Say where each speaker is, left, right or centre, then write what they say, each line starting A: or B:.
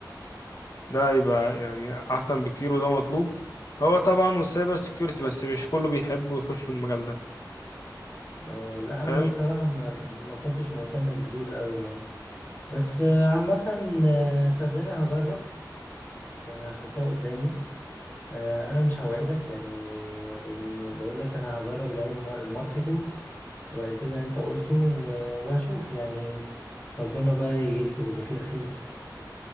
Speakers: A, on the left; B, on the left.
A: ده هيبقى يعني احسن بكتير وده مطلوب هو طبعا والسايبر سيكيورتي بس مش كله بيحب ويخش في المجال ده
B: أه لا
A: فاهم
B: أنا الصراحة ما ما كنتش مهتم بدول أوي يعني بس آه، عامة آه، صدقني هجرب يعني هحطها قدامي آه، أنا مش هوعدك يعني لأني بقول لك أنا هجرب الأول المار- الماركتينج وبعد كده انت قلته و- وهشوف يعني ربنا بقى يكتب اللي فيه الخير